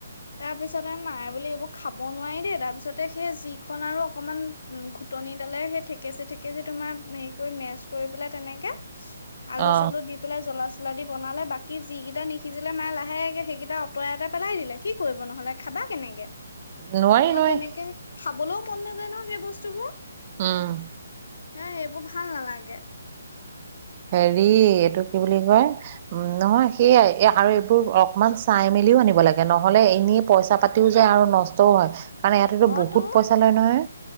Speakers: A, on the left; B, on the right.
A: তাৰ পিছতে মায়ে বুলি এইবোৰ খাব নোৱাৰি দেই তাৰপিছত ততে সেই যিখন আৰু অকনমান উ ঘুটনি দালে সেই থেকেচি থেকেচি তোমাৰ হেৰি কৰি মেচ কৰি পেলাই তেনেকে আলু
B: অ
A: চালু দি পেলাই জলা পচলা দি বনালে বাকী যিকেইটা নিসিজিলে মায়ে লাহেগে সেইকেইটা আঁতৰাইঁতে পেলাই দিলে কি কৰিব নহ'লে খাবা কেনেকে
B: নোৱাই
A: আৰু
B: নোৱাই
A: তেনেকে খাবলৈও মন নাযায় ন সেই বস্তুবোৰ
B: উম
A: ন এইবোৰ ভাল নালাগে।
B: হেৰি এইটো কি বুলি কয় উম নহয় সেইয়াই আৰু এইবোৰ অকমান চাই মেলিও আনিব লাগে নহলে এনেই পইচা পাতিও যায় আৰু নষ্টও হয়। কাৰণ ইয়াতেতো
A: অ
B: বহুত
A: তো
B: পইচা লয় নহয়